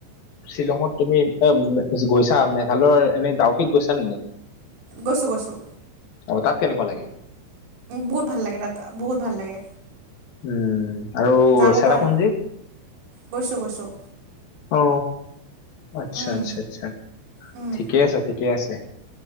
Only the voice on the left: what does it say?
শ্বিলঙত তুমি এ গৈছা মেঘালয়ৰ এনে ডাউকিত গৈছা নে নাই
অ তাত কেনেকুৱা লাগে
উম আৰু
চেৰাপুঞ্জী
অ আচ্ছা
আচ্ছা আচ্ছা
ঠিকে আছে ঠিকে আছে